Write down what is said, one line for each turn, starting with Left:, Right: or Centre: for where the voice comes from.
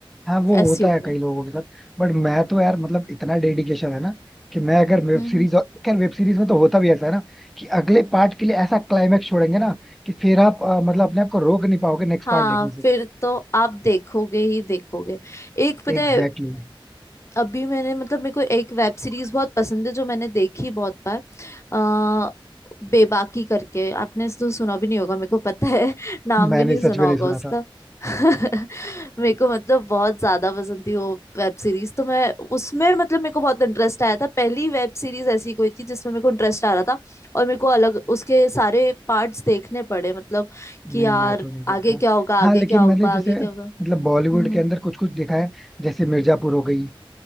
Centre: हाँ वो
Left: ऐसी
Centre: होता
Left: हूँ
Centre: है
Left: मैं
Centre: कई लोगों के साथ बट मैं तो यार मतलब इतना डेडिकेशन है ना कि मैं अगर वेब
Left: हम्म
Centre: सीरीज
Left: हम्म
Centre: खैर वेब सीरीज में तो होता भी ऐसा है ना कि अगले पार्ट के लिए ऐसा क्लाइमेक्स छोड़ेंगे ना कि फिर आप अ, मतलब अपने आप को रोक नहीं पाओगे नेक्स्ट
Left: हाँ
Centre: पार्ट देखने से
Left: फिर तो आप देखोगे ही देखोगे एक पता
Centre: Exactly
Left: है
Centre: exactly.
Left: अभी मैंने मतलब मेरे को एक वेब सीरीज बहुत पसंद है जो मैंने देखी बहुत बार आ, बेबाकी करके आपने तो सुना भी नहीं होगा मेरे को पता है <laughs> नाम
Centre: मैंने
Left: भी नहीं
Centre: सच
Left: सुना
Centre: में नहीं
Left: होगा
Centre: सुना
Left: उसका
Centre: था
Left: <laughs> मेरे को मतलब बहुत ज्यादा पसंद थी वो वेब सीरीज तो मैं उसमें मतलब मेरे को बहुत इंटरेस्ट आया था पहली वेब सीरीज ऐसी कोई थी जिसमें मेरे को इंटरेस्ट आ रहा था और मेरे को अलग उसके सारे पार्ट्स देखने पड़े मतलब
Centre: नहीं
Left: कि यार
Centre: मैं तो नहीं देखता
Left: आगे क्या होगा
Centre: हाँ
Left: आगे
Centre: लेकिन
Left: क्या होगा
Centre: मैंने जैसे
Left: आगे क्या
Centre: मतलब
Left: होगा
Centre: बॉलीवुड
Left: हम्म
Centre: के अंदर कुछ कुछ देखा है जैसे मिर्जापुर हो गई